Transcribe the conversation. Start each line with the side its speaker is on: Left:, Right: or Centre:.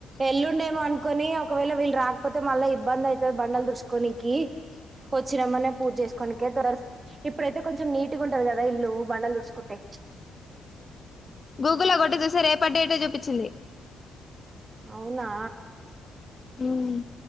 Right: ఎల్లుండేమో, అనుకొని ఒకవేళ వీళ్ రాక్ కాకపోతే మళ్ళ ఇబ్బందయితది. బండలు తుడుచుకోనికి. వచ్చినమ్మనే పూజ చేసుకునికె దురర్. ఇప్పుడైతే, కొంచెం నీటుగుంటది క ద ఇల్లు బండలు తుడ్సుకుంటే.
Left: గూగుల్లో కొట్టి చూస్తే రేపటి డేటే చూపిచ్చింది.
Right: అవునా
Left: మ్